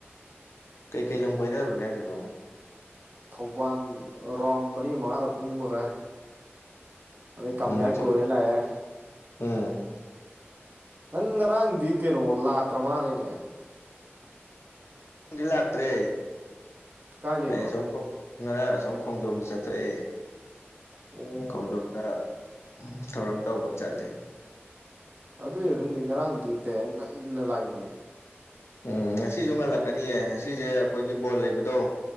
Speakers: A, on the left; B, on the right.
A: ꯀꯩꯀꯩ ꯂꯝ ꯀꯣꯏꯗꯔꯨꯔꯒꯦ ꯍꯥꯏꯁꯤꯕꯣ
B: ꯊꯧꯕꯥꯜ ꯔꯥꯎꯟ ꯃꯔꯤ ꯃꯉꯥꯔꯛ ꯎꯡꯉꯨꯔꯦ ꯑꯣ ꯀꯃꯌꯥ
A: ꯎꯝ ꯁꯨꯝ
B: ꯀꯣꯏꯔ ꯂꯥꯛꯑꯦ
A: ꯎꯝ
B: ꯅꯪ ꯉꯔꯥꯡꯗꯤ ꯀꯩꯅꯣ ꯂꯥꯛꯇ꯭ꯔ ꯃꯥꯜꯂꯦꯅꯦ
A: ꯉꯔꯥꯡꯗꯤ ꯂꯥꯛꯇ꯭ꯔꯦ
B: ꯀꯥꯏ ꯂꯩꯕ
A: ꯑꯩ ꯑꯁꯣꯝ ꯉꯔꯥꯡ ꯑꯁꯣꯝ ꯈꯣꯡꯖꯣꯝꯗ ꯆꯠꯊꯣꯛꯑꯦ
B: ꯑꯣ
A: ꯈꯣꯡꯖꯣꯝꯗ ꯎꯝ ꯊꯧꯔꯝ ꯇꯧꯕ ꯆꯠꯂꯦ
B: ꯑꯗꯨꯏꯔ ꯈꯪꯗꯦ ꯉꯔꯥꯡꯗꯤ ꯇꯥꯌꯥꯏ ꯉꯟꯅ ꯂꯥꯛꯏꯅꯦ
A: ꯎꯝ ꯉꯁꯤꯁꯨ ꯉꯜꯂꯛꯀꯅꯤꯌꯦ ꯉꯁꯤꯁꯦ ꯑꯩꯈꯣꯏꯒꯤ ꯕꯣꯜ ꯂꯩꯕꯗꯣ